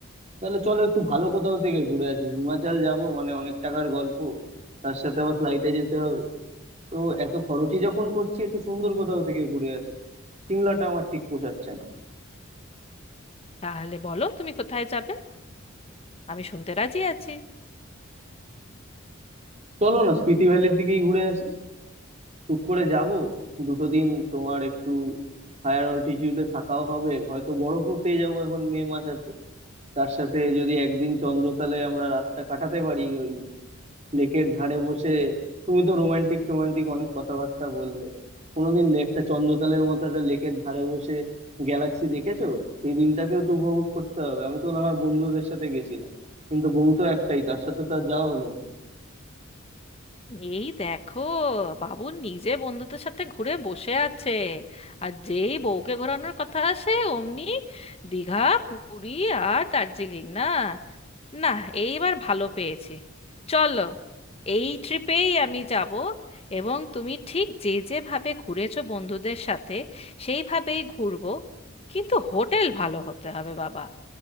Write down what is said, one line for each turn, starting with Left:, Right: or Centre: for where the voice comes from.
Right: তাহলে চলো একটু ভালো কোথাও থেকে ঘুরে আসি হিমাচল যাব মানে অনেক টাকার গল্প তার সাথে আবার ফ্লাইটে যেতে হবে তো এত খরচই যখন করছি একটু সুন্দর কোথাও থেকে ঘুরে আসি সিমলাটা আমার ঠিক পোষাচ্ছে না
Left: তাহলে বলো তুমি কোথায় যাবে আমি শুনতে রাজি আছি
Right: চলো না স্পিতি ভ্যালির দিকেই ঘুরে আসি টুক করে যাব দুটো দিন তোমার একটু হায়ার অল্টিটিউডে থাকাও হবে হয়তো বরফও পেয়ে যাবো এখন মে মাস আছে তার সাথে যদি একদিন চন্দ্রতালে আমরা রাতটা কাটাতে পারি ওই লেকের ধারে বসে তুমি তো রোমান্টিক টোমান্টিক অনেক কথাবার্তা বললে কোনোদিন একটা চন্দ্রতালের মতো একটা লেকের ধারে বসে গ্যালাক্সি দেখেছো সেই দিনটাকেও তো উপভোগ করতে হবে আমি তো না হয় বন্ধুদের সাথে গেছিলাম কিন্তু বউ তো একটাই তার সাথে তো আর যাওয়া হলো না
Left: এই দেখো বাবু নিজে বন্ধুদের সাথে ঘুরে বসে আছে আর যেই বউকে ঘোরানোর কথা আসে অমনি দীঘা পুরী আর দার্জিলিং না না এইবার ভালো পেয়েছি চলো এই ট্রিপেই আমি যাব এবং তুমি ঠিক যে যেভাবে ঘুরেছো বন্ধুদের সাথে সেইভাবেই ঘুরবো কিন্তু হোটেল ভালো হতে হবে বাবা